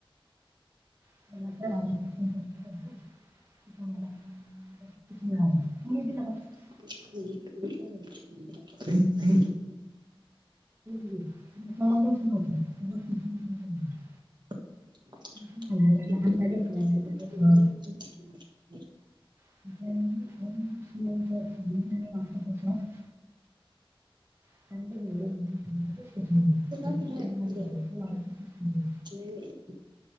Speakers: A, on the right; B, on the right.
A: <inaudible> <inaudible>
B: <unintelligible>
A: <inaudible> कामच नव्हतं. <inaudible>
B: <unintelligible>
A: म्हणाला लहान राजे सयाजी राजे सर <inaudible> <inaudible>
B: <unintelligible>
A: सुंदर मिळाले तो आज बक्षीस मिळाले
B: <unintelligible>